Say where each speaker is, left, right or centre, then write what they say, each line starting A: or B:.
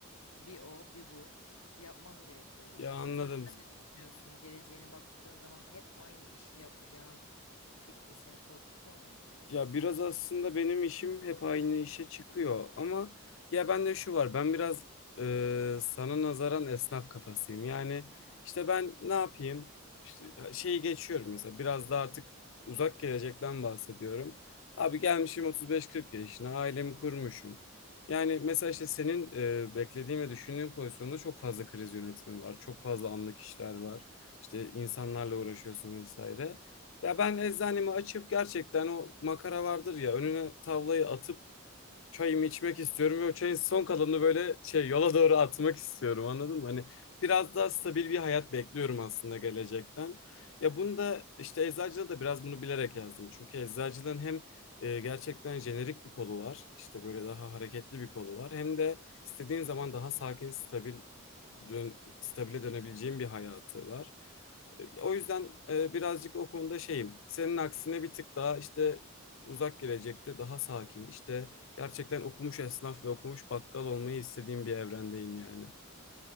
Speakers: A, on the left (about 80°); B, on the left (about 60°).
A: bir o, bir bu yapmam gerekiyor gibi.
B: Ya anladım.
A: Mesela sen ne düşünüyorsun? Geleceğine baktığın zaman hep aynı işi yapacağın fikri seni korkutuyor mu?
B: Ya biraz aslında benim işim hep aynı işe çıkıyor ama ya bende şu var ben biraz e, sana nazaran esnaf kafasıyım. Yani işte ben ne yapayım işte şeyi geçiyorum mesela biraz da artık uzak gelecekten bahsediyorum. Abi gelmişim
A: Hı
B: 35-40 yaşına ailemi kurmuşum. Yani mesela işte senin e, beklediğin ve düşündüğün pozisyonda çok fazla kriz yönetimi var. Çok fazla anlık işler var. İşte insanlarla uğraşıyorsun vesaire. Ya ben eczanemi açıp gerçekten o makara vardır ya önüne tavlayı atıp çayımı içmek istiyorum ve o çayın son kalanını böyle şey yola doğru atmak istiyorum anladın mı? Hani biraz
A: hı.
B: daha stabil bir hayat bekliyorum aslında gelecekten. Ya bunu da işte eczacılığa da biraz bunu bilerek yazdım. Çünkü eczacılığın hem e, gerçekten jenerik bir kolu var. işte böyle daha hareketli bir kolu var. Hem de istediğin zaman daha sakin, stabil dön, stabile dönebileceğin bir hayatı var. E,
A: <laughs>
B: O
A: hı.
B: yüzden e, birazcık o konuda şeyim. Senin aksine bir tık daha işte uzak gelecekte daha sakin, işte Gerçekten okumuş esnaf ve okumuş bakkal olmayı istediğim bir evrendeyim yani.